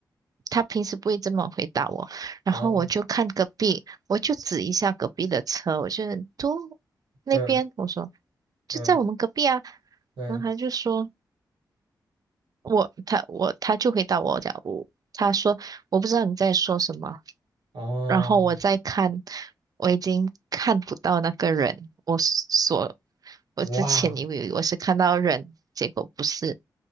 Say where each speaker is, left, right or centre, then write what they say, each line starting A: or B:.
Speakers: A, on the right; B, on the right.
A: 他平时不会这么回答我。然后我就看隔壁，
B: 哦，
A: 我就指一下隔壁的车，我就都那边，
B: 嗯
A: 我说就在我们隔壁啊。
B: 嗯嗯，
A: 然后他就说我他我他就回答我讲我他说我不知道你在说什么。
B: 哦，
A: 然后我再看，我已经看不到那个人，我所我之前以为我是看到人，
B: 哇
A: 结果不是。